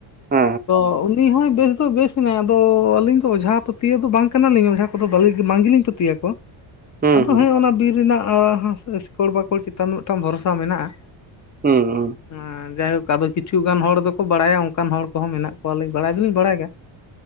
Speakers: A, on the right; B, on the left.
A: ᱦᱩᱸ
B: ᱛᱚ ᱩᱱᱤ ᱦᱚᱸᱭ ᱵᱮᱥ ᱫᱚ ᱵᱮᱥ ᱦᱮᱸ ᱟᱫᱚ ᱟᱹᱞᱤᱧ ᱫᱚ ᱚᱡᱷᱟ ᱯᱟᱹᱛᱭᱟᱹᱣ ᱫᱚ ᱵᱟᱝ ᱠᱟᱱᱟᱞᱤᱧ ᱚᱡᱷᱟ ᱠᱚᱫᱚᱞᱤ ᱵᱟᱝ ᱜᱮᱞᱤᱧ ᱯᱟᱹᱛᱭᱟᱹ ᱟᱠᱚᱣᱟ᱾
A: ᱦᱩᱸ
B: ᱟᱫᱚ
A: ᱦᱩᱸ ᱦᱩᱸ ᱦᱩᱸ ᱦᱩᱸ
B: ᱦᱮᱸ ᱚᱱᱟ ᱵᱤᱨ ᱨᱮᱱᱟᱜ ᱦᱟᱸ ᱥᱤᱠᱚᱲ ᱵᱟᱠᱚᱲ ᱪᱮᱛᱟᱱ ᱢᱤᱫᱴᱟᱝ ᱵᱷᱚᱨᱥᱟ ᱢᱮᱱᱟᱜ-ᱟ
A: ᱦᱩᱸ ᱦᱩᱸ ᱦᱩᱸ
B: ᱟᱸᱻ ᱡᱟᱭᱦᱳᱠ ᱟᱫᱚ ᱠᱤᱪᱷᱩ ᱜᱟᱱ ᱦᱚᱲ ᱫᱚᱠᱚ ᱵᱟᱲᱟᱭᱟ ᱚᱱᱠᱟᱱ ᱦᱚᱲ ᱠᱚᱦᱚᱸ ᱢᱮᱱᱟᱜ ᱠᱚᱣᱟ ᱠᱚᱣᱟᱞᱤᱧ ᱵᱟᱲᱟᱭ ᱫᱚᱞᱤᱧ ᱵᱟᱲᱟᱭ ᱜᱮᱭᱟ